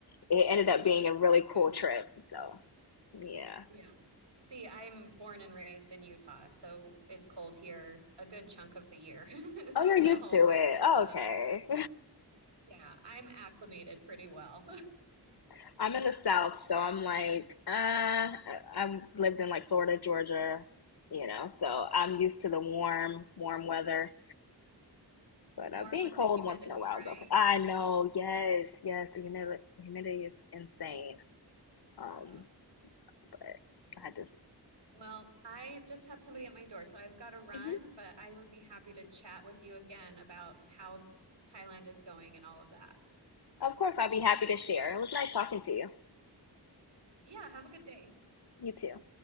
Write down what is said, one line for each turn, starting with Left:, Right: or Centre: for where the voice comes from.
Left: it ended
Right: Yeah,
Left: up being a really
Right: that's good.
Left: cool trip. So yeah.
Right: Yeah. See, I'm born and raised in Utah, so it's cold here a good chunk of the year.
Left: Oh,
Right: <laughs>
Left: you're
Right: So,
Left: used to it. Oh,
Right: uh,
Left: okay.
Right: yeah, I'm acclimated pretty well.
Left: <laughs> I'm in the South, so
Right: <laughs>
Left: I'm like, uh, I've lived in like Florida, Georgia, you know, so I'm used to the warm, warm weather. But
Right: Warm
Left: uh, being
Right: with
Left: cold
Right: the humidity,
Left: once in a while
Right: right?
Left: is okay. I know, yes, yes, the humidity, humidity is insane. Um,
Right: Yeah,
Left: but
Right: yeah.
Left: I just,
Right: Well, I just have somebody at my door, so I've got to run,
Left: Mhm.
Right: but I would be happy to chat with you again about how Thailand is going and all of that.
Left: of course, I'll be happy to share. It was nice talking to you.
Right: Yeah, have a good day.
Left: You too.